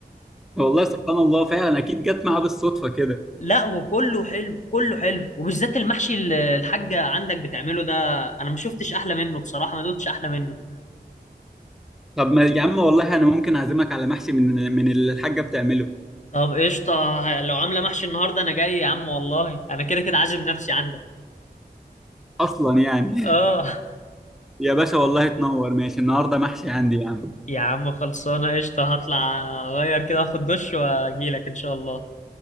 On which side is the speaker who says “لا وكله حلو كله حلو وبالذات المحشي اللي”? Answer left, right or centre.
Left